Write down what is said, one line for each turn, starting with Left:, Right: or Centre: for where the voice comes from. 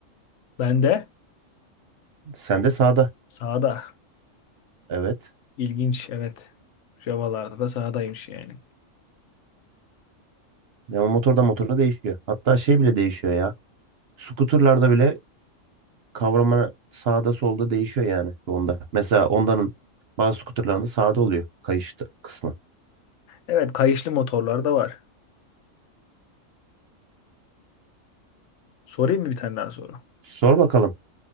Left: Ben de
Right: Sende sağda.
Left: sağda.
Right: Evet.
Left: İlginç evet. Java'larda da sağdaymış yani.
Right: Ve o motorda motorda değişiyor. Hatta şey bile değişiyor ya. Skuterlarda bile kavrama sağda solda değişiyor yani onda. Mesela Honda'nın bazı skuterlarında sağda oluyor kayış t- kısmı.
Left: Evet kayışlı motorlar da var. Sorayım mı bir tane daha soru?
Right: Sor bakalım.